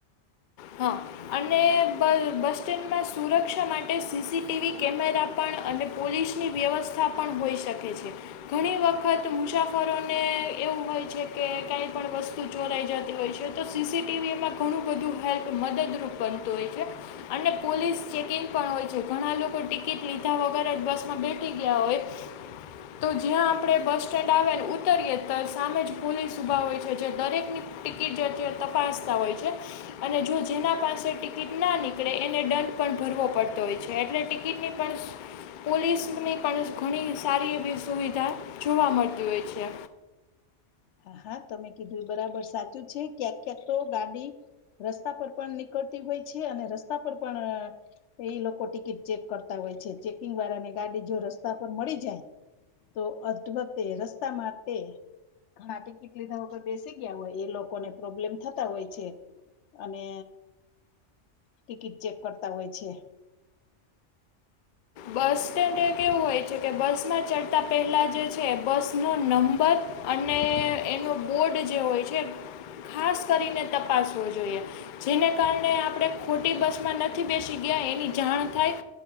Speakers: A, on the left; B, on the left.
A: હા અને બ બસ સ્ટેન્ડમાં સુરક્ષા માટે C C T V camera પણ અને પોલીસની વ્યવસ્થા પણ હોઈ શકે છે ઘણી વખત મુસાફરોને એવું હોય છે કે કાંઈ પણ વસ્તુ ચોરાઈ જતી હોય છે તો સી સી ટી વીમાં ઘણું બધું હેલ્પ મદદરૂપ બનતું હોય છે. અને પોલીસ ચેકિંગ પણ હોય છે ઘણા લોકો ટિકિટ લીધા વગર બસ માં બેઠી ગયા હોય. તો જ્યાં આપણે બસ સ્ટેન્ડ આવેને ઉતરીએે તો સામે જ પોલીસ ઉઊભા હોય છે જે દરેકની ટિકિટ જે તપાસતા હોય છે. અને જો જેના પાસે ટિકિટ ના નીકળે એને દંડ પણ ભરવો પડતો હોય છે એટલે ટિકિટની પણ પોલીસની પણ ઘણી સારી એવી સુવિધા જોવા મળતી હોય છે.
B: હા હા તમે કીધું એ બરાબર સાચું છે ક્યાંક ક્યાંક તો ગાડી રસ્તા પર પણ નીકળતી હોય છે અને રસ્તા પર પણ એ લોકો ટિકિટ ચેક કરતા હોય છે ચેકિંગ વાળા ની ગાડી જો રસ્તા પર મળી જાય તો અધભતે રસ્તા મા તે હા ટિકિટ લીધા હો તો બેસી ગયા હોય એ લોકોને પ્રોબ્લેમ થતા હોય છે. અને ટિકિટ ચેક કરતા હોય છે. <inaudible>
A: બસ સ્ટેન્ડે કેવું હોય છે કે બસમાં ચડતા પહેલા જ જે છે બસનો નંબર અને એનો બોર્ડ જે હોય છે ખાસ કરીને તપાસવો જોઈએ. જેને કારણે આપણે ખોટ ટી બસમાં નથી બેસી ગયા એની જાણ થાય